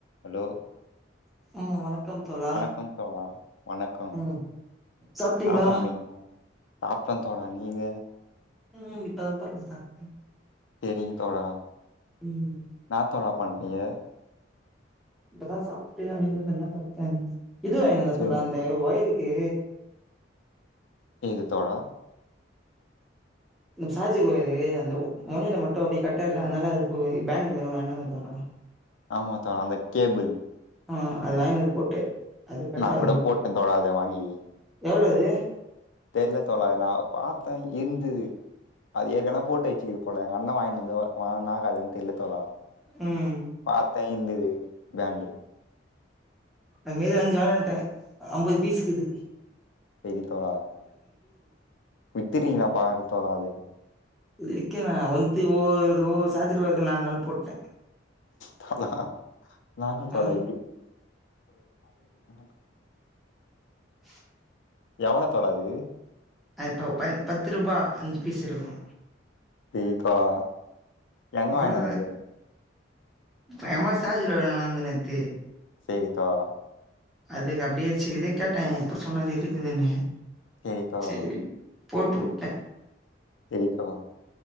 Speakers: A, on the left (about 80°); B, in the centre.
A: Allow
B: ம் வணக்கம் தோழா
A: கம் தோழா வணக்கம்
B: ம் சாப்ட்டீங்களா
A: என்னா பண்றீங்க சாப்டே தோழா நீங்க
B: ம் இப்ப தா தோழா சாப்ட்டே
A: சேரிங்க தோழா
B: ம்
A: னா தோழா பண்றீங்க
B: இப்ப தா சாப்ட்டு <unintelligible> பட்த்தே இது வாய்னு வந்தே
A: செரிங்க
B: தோழா அந்த ஒய்ருக்கு
A: நீங்க தோழா
B: நம் சார்ஜர் ஒயரு அந்த மொனைல மட்டு அப்டியே கட்டாய்ல்ல அன்னால அதுக்போயி பேண்ட் மாரி ஒன்னு வாய்னு வந்தே தோழா
A: ஆமா தோழா அந்த கேபிள்
B: ஆ அது வாய்னு வந்து போட்டு அது கட்
A: நா
B: ஆகுது
A: கூட போட்டே தோழா அத வாங்கி
B: எவ்ளோ அது
A: தெர்ல தோழா நா பாத்தே இந்துது அது ஏற்கெனே போட்டு வச்சிக்கு போல எங்க அண்ண வாங்கி வந்து வாகாதுன்னு தெரில தோழா
B: ம்
A: பாத்த இந்து பேண்ட்டு
B: அது மாரி அஞ்சு வாங்கி வண்ட அம்பது பீஸுக்குது
A: சரி தோழா வித்துட்டீங்களா பாரு தோழா அது
B: விக்கல நா வந்து ஓ ஓசாஜிரம் இருக்க நாலு நாள் போட்ட
A: தோழா நானு தோழா
B: ஆ
A: <unintelligible>
B: <inaudible>
A: எவ்ளோ தோழா இது
B: அ இப்போ ப பத்து ரூபா அஞ்சு பீஸ் இருக்கு
A: ம் தோழா எங்க
B: அவ்ளோதா
A: வாங்கிட்டு வந்தீங்க
B: எ அம்மா சார்ஜரு வா <unintelligible> நேத்து
A: செரி தோழா
B: அதுக்கு அப்டியே இது கேட்ட அப்புறோ சொன்னாரு இருக்குதுன்னு
A: சரி தோழா
B: சேரி போட்டுவுட்டே
A: சேரி தோழா